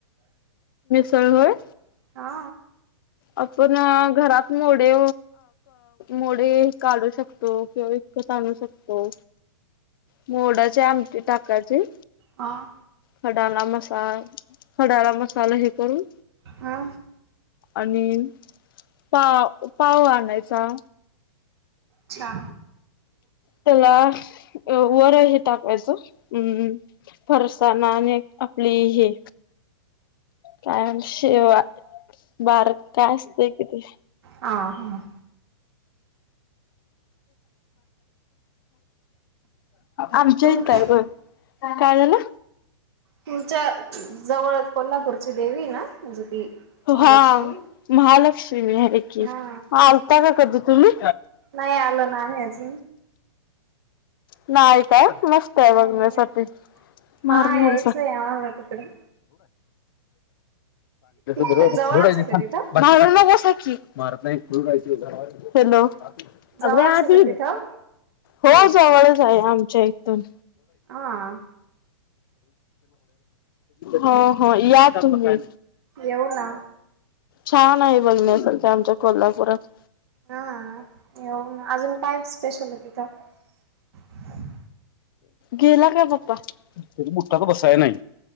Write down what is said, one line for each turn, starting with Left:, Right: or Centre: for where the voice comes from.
Left: सरह
Right: हा
Left: आपण घरात मोडे मोडे काढू शकतो किंवा वत आणू शकतो मोडाचे आमटी टाकाचे
Right: हा हा
Left: खडाला मसा खडाला मसाला हे करून
Right: हा
Left: आणि पाव पाव आणायचा
Right: अच्छा
Left: त्याला वर हे टाकायचं हम् फरसाणा आणि आपली हे कायमसेेवा बारक काय असतय किती
Right: ह हां
Left: आमच्या
Right: तुम
Left: इ आहे पण काय झालं
Right: तुमच्या जवळ कोल्हापूरची देवी ना म्हणजे ती महालक्ष्मी
Left: हा महालक्ष्मी आहे की
Right: हा
Left: आता का कधी तुम्ही
Right: नाही आलं नाम अज
Left: ना मस्त आहे
Right: नाही
Left: बघण्यासाठी मारडरड
Right: हा यायचंय आम्हाला तिकडं तिकड
Left: बरोबा
Right: जवळच आहे का
Left: क
Right: तिथं?
Left: मार का हॅलो
Right: जवळच
Left: अगव्या आधी
Right: आहे का तिथं?
Left: हो जवळ आमच्या इथून
Right: हा
Left: हो हो या तुम्ही
Right: येऊ ना
Left: छान आहे बघण्यासारख आमच्या कोल्हापुरात
Right: हा येऊ अजून काय स्पेशल आहे तिथं
Left: गेला का बाप्पा मोठा बसाय नाही